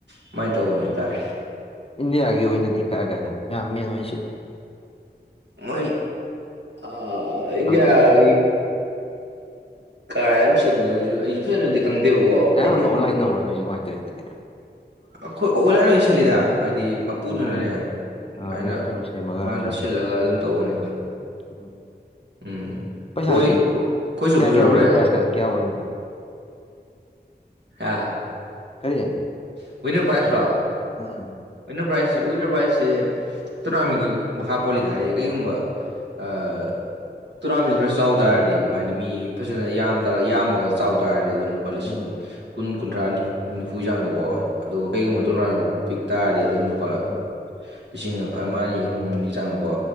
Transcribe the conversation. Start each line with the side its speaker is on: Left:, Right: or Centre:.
Right: ꯀꯃꯥꯏꯅ ꯇꯧꯕꯅꯦ ꯍꯥꯏꯇꯥꯔꯦ
Left: ꯏꯟꯗꯤꯌꯥꯒꯤ ꯑꯣꯏꯅꯗꯤ ꯀꯥꯏ ꯀꯥꯏꯗ ꯌꯥꯝ ꯃꯦꯟ ꯑꯣꯏꯅ ꯁꯤꯜꯂꯦ
Right: ꯃꯣꯏ ꯑ ꯏꯟꯗꯤꯌꯥ
Left: ꯈꯪꯕ꯭ꯔꯥ
Right: ꯀꯥꯏ ꯑꯃ ꯁꯦꯝꯅꯦ ꯍꯧꯖꯤꯁꯨ ꯑꯩꯁꯨ ꯐꯖꯅ ꯈꯪꯗꯦꯕꯀꯣ
Left: ꯑꯌꯥꯝꯕꯅ
Right: ꯑꯩꯗꯤ
Left: ꯑꯣꯟꯂꯥꯏꯟ
Right: ꯑꯗꯨꯝ
Left: ꯇꯧꯕ꯭ꯔꯥ ꯅꯣꯏꯁꯨ ꯀꯃꯥꯏꯅ ꯇꯧꯋꯤ ꯑꯗꯨꯗꯤ
Right: ꯑꯩꯈꯣꯏ ꯑꯣꯟꯂꯥꯏꯟ ꯑꯣꯏꯅ ꯁꯤꯜꯂꯤꯗ ꯍꯥꯏꯗꯤ ꯃꯄꯨꯗꯨꯅꯅꯦ
Left: ꯎꯝ ꯍꯣꯏ
Right: ꯑꯗꯨꯃꯥꯏꯅ
Left: ꯑꯥ, ꯑꯗꯨꯝ ꯀꯩꯅꯣ ꯁꯦꯝꯃꯒ
Right: ꯃꯥꯅ
Left: ꯅꯠꯇ꯭ꯔꯥ
Right: ꯁꯤꯜꯂꯒ ꯑꯗꯨꯝ ꯇꯧꯕꯅꯤꯗ
Left: ꯎꯝ
Right: ꯎꯝ
Left: ꯄꯩꯁꯥꯁꯤ
Right: ꯀꯣꯏ ꯑꯩꯣꯏꯁꯨ
Left: ꯀꯌꯥ
Right: ꯄꯨꯖꯔꯛꯎꯔꯦ
Left: ꯀꯌꯥ ꯋꯤꯟꯅꯔ ꯀꯌꯥ ꯑꯣꯏꯅꯣ
Right: ꯑꯥ
Left: ꯀꯔꯤ꯫
Right: <unintelligible>
Left: ꯎꯝ꯫
Right: ꯋꯤ ꯄ꯭ꯔꯥꯏ ꯋꯤꯟꯅꯔ ꯄ꯭ꯔꯥꯏꯖꯁꯤ ꯇꯣꯔꯅꯥꯃꯦꯟꯒꯤ ꯃꯈꯥ ꯄꯣꯜꯂꯤꯗ ꯍꯥꯏꯗꯤ ꯀꯩꯒꯨꯝꯕ꯫ ꯑ꯫ ꯇꯣꯔꯅꯥꯃꯦꯟꯁ ꯈꯔ ꯆꯥꯎ ꯇꯥꯔꯗꯤ ꯍꯥꯏꯗꯤ ꯃꯤ ꯐꯖꯅ ꯌꯥꯝ ꯌꯥꯝꯃꯒ ꯆꯥꯎ ꯇꯥꯔꯗꯤ ꯑꯗꯨꯝꯅ꯫ ꯂꯨꯄꯥ ꯂꯤꯁꯤꯡ
Left: ꯎꯝ
Right: ꯀꯨꯟ ꯀꯨꯟꯊ꯭ꯔꯥ ꯅꯤꯐꯨ ꯆꯥꯡꯗꯀꯣ꯫ ꯑꯗꯨꯒ
Left: ꯑꯣꯀꯦ
Right: ꯀꯩꯒꯨꯝꯕ
Left: ꯑꯣꯀꯦ
Right: ꯇꯣꯔꯅꯥꯃꯦꯟ ꯄꯤꯛ ꯇꯥꯔꯦ ꯑꯗꯨꯝ ꯂꯨꯄꯥ꯫
Left: ꯎꯝ
Right: ꯂꯤꯁꯤꯡ ꯑꯃ ꯑꯅꯤ ꯑꯍꯨꯝꯒꯤ ꯆꯥꯡ ꯀꯣ